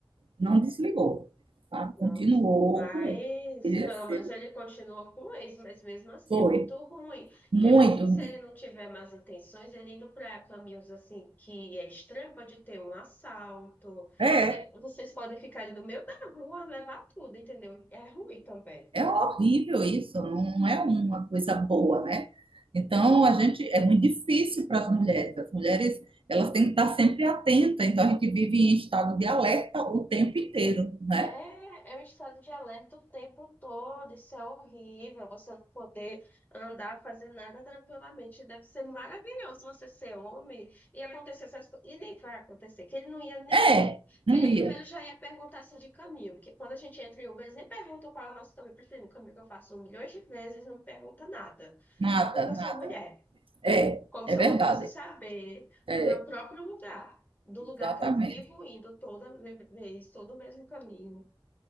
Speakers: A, on the right; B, on the left.
A: não, desligou. Sabe?
B: Não,
A: Continuou
B: mas
A: com esse.
B: pelo menos ele continua com o ex, mas mesmo assim
A: Foi
B: é muito ruim. Porque
A: muito
B: mesmo
A: ruim.
B: se ele não tiver más intenções, ele indo para caminhos assim que é estranho, pode ter um assalto.
A: É.
B: Cê- Vocês podem ficar ali no meio da rua, levar tudo, entendeu? É ruim também.
A: É horrível isso, não é uma coisa boa, né? Então, a gente é muito difícil para as mulheres. As mulheres, elas têm que estar sempre atentas. Então, a gente vive em estado de alerta o tempo inteiro, né?
B: É, é um estado de alerta o tempo todo, isso é horrível, você não poder andar, fazer nada tranquilamente. Deve ser maravilhoso você ser homem e acontecer essas coisas. E nem vai acontecer, que ele não ia nem.
A: É, não
B: Que ele
A: ia,
B: primeiro já ia perguntar se de caminho, porque quando a gente entra em Uber, eles nem perguntam qual é o nosso caminho preferido. O caminho que eu faço milhões de vezes, não pergunta nada.
A: nada,
B: Só porque
A: nada.
B: eu sou mulher.
A: É,
B: Como
A: é
B: se
A: verdade.
B: eu não fosse saber
A: É,
B: do meu próprio lugar, do lugar
A: exatamente.
B: que eu vivo indo toda vez, todo o mesmo caminho.